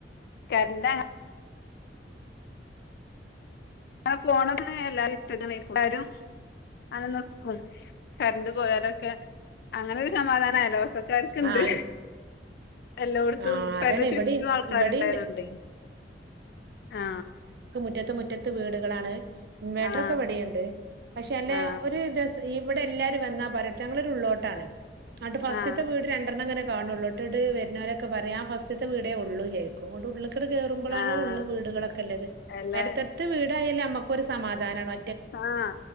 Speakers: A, on the left; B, on the right.
A: കറന്റ് ആണോ അങ്ങനെ ഫോണെടുത്ത് എല്ലാരുടെയും അടുത്തോട്ട് വരും അങ്ങ് നിൽക്കും കരണ്ട് പോയാലൊക്കെ അങ്ങനെരു സമാധാനം അയലോക്കകാർക്കുണ്ട്
B: ആഹ് ആഹ്
A: എല്ലായിടത്തും
B: ആഹ്
A: പെരേടെ
B: അതന്നെ
A: ചുറ്റും
B: ഇവിടേം
A: ആൾക്കാരുണ്ടായതൊണ്ടേ
B: ഇവിടേണ്ട്
A: ആ
B: റ്റത്ത് മുറ്റത്ത് വീടുകളാണ് ഇൻവേർട്ടർ
A: ആ
B: ഒക്കെ ഇവിടെയുമുണ്ട് പക്ഷെ അല്ല
A: ആ
B: ഒരു രസ ഈ ഇവിടെ എല്ലാവരും വന്നാ പറയട്ടെ ഞങ്ങളൊരു ഉള്ളിലോട്ടാണ് അന്നിട്ട്‌ ഫസ്റ്റിലത്തെ
A: ആ
B: വീട് രണ്ടെണ്ണം അങ്ങനെ കാണുള്ളോട്ടോ <unintelligible> വരുന്നവരൊക്കെ ഇക്ക പറയാ ആ ഫസ്റ്റിലത്തെ വീടെ ഉള്ളു വിചാരിക്കും അങ്ങോട്ട്‌ ഉള്ളി ക്കട് കേറുമ്പളാണ്
A: ആ ആ
B: ഉള്ള് വീടുകളൊക്കെള്ളത്
A: എല്ലാ
B: എട്ത്തട്ത്ത് വീടായാല് അമ്മക്കൊര് സ് സമാധാനമാണ്ോ
A: ആഹ